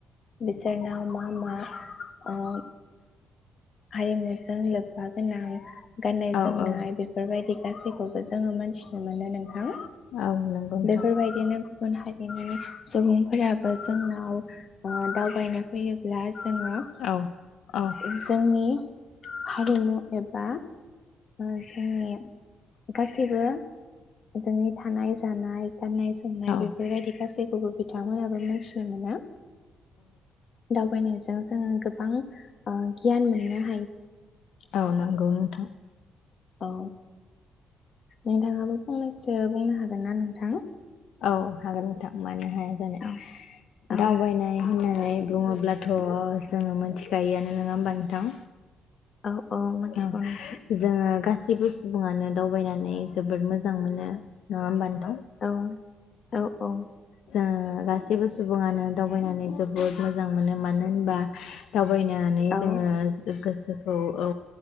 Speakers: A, on the left (about 50°); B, on the left (about 75°).
A: बिसोरनाव मा मा-मा ओ। आयेजोंसो लोब्बा गोनां। गाननाय
B: औ
A: जोमनाय
B: औ
A: बेफोरबायदि गासैखौबो। जोङो मोनथिनो मोनो नों थां
B: औ नंगौ नोंथां
A: बेफोर बायदिनो। गुबुन हारिनि। सुबुंफोराबो जोंनो। औ। ओ दावबायनो फैयोब्ला। जोङो। ए
B: औ औ
A: जोंनि हारिमु एबा ओ जोंनि गासैबो जोंनि थानाय-जानाय। गान्नाय-जोमनाय
B: औ
A: बेफोरबायदि गासै जेखौबो बिथांमोनाबो मोनथिनो मोना। दावबायनो। जों जोङो गोबां। अ गियान मोन्नो हा
B: औ नोंगौ नोंथां।
A: औ। नोंथाङाबो फंनैसो बुंनो हागोन ना नोंथां?
B: औ हागोन नोंथां मानो हायाजानो
A: औ
B: दावबायनाय
A: औ
B: होननानै बुङोब्लाथ' जोङो मोनथिखायोआनो नोङा होमबा नोंथां?
A: औ मिथिगौ
B: औ
A: नोंथां
B: जोङो गासै गेबो सुबुङानो दावबायनानै जोबोद मोजां मोनो नङा होमबा नो
A: औ औ औ।
B: जोङो गासैबो सुबुङानो दावबायनानै जोबोद मोजां मोनो मान मानो होनबा दावबायनानै
A: औ
B: जोङो सो गोस औ औ।